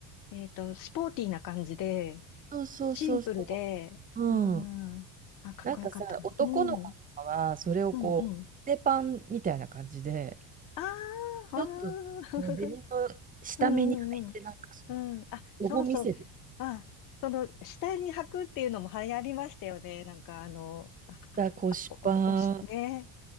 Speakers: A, on the left; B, on the right.
A: えっと、スポーティーな感じで、
B: そうそうそうそ
A: シンプルで、
B: う。
A: あーあ、かっこよかったな。
B: なんかさ、男の子とかは、
A: うん、
B: それをこう、
A: うん、うん。
B: 着せパンみたいな感じで、
A: あーあー、
B: ちょっとこうデニム下目に履いて、
A: <laughs> うんうんうん。
B: なんかその、
A: うん、あ、
B: ロゴ見せて
A: そうそう。あ、その、下に履くっていうのも流行りましたよね。なんか、あの、あ
B: た腰パン。
A: あお、おし、ね、